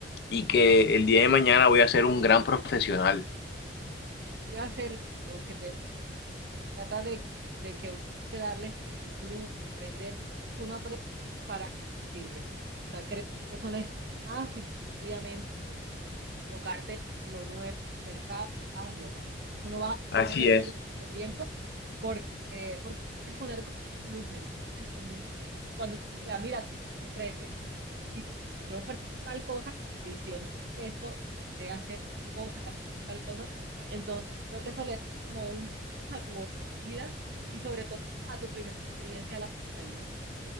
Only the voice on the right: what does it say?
Y hacer lo que te trata de, de que uno te darles un plus, aprender, que uno aprende para qué sirve. O sea, creo que eso no es más y obviamente tocarte en lo nuevo, mercado, hazlo. Eso no va
a hacer
perder el tiempo porque, porque puedes poner como un plus, ¿me entiendes? Como un Cuando diga, mira, tú ofreces, y yo ofrezco tal cosa, adicional a eso, se hace tal cosa, tal, tal cosa. Entonces, creo que eso le da como un plus a tu vida y sobre todo a tu primera experiencia laboral, ¿no?